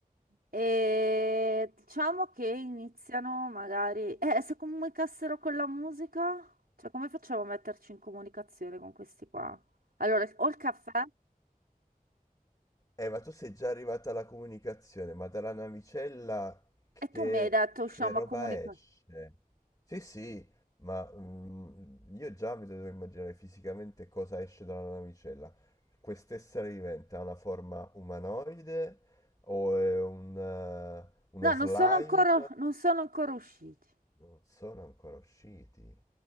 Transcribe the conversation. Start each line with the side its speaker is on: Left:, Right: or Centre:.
Right: E diciamo che iniziano magari... Eh, se comunicassero con la musica? Cioè, come facciamo a metterci in comunicazione con questi qua? Allora, ho il caffè
Left: Eh, ma tu sei già arrivata alla comunicazione, ma dalla navicella che,
Right: e tu mi hai detto usciamo
Left: che roba
Right: a comunicare.
Left: esce? Sì, sì, ma mm, io già mi devo immaginare fisicamente cosa esce dalla navicella. Quest'essere vivente ha una forma umanoide o è un, eh, uno
Right: No,
Left: slime?
Right: non sono ancora, non sono ancora usciti.
Left: Non sono ancora usciti.